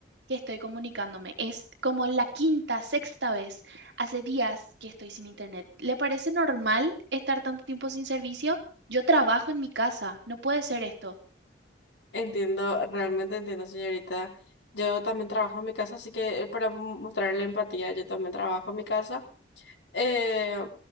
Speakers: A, on the right; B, on the left.
A: que estoy comunicándome. Es como la quinta, sexta vez. Hace días que estoy sin internet. ¿Le parece normal estar tanto tiempo sin servicio? Yo trabajo en mi casa. No puede ser esto.
B: Entiendo, realmente entiendo, señorita. Yo también trabajo en mi casa, así que eh, para mo- mostrarle empatía, yo también trabajo en mi casa. Eh,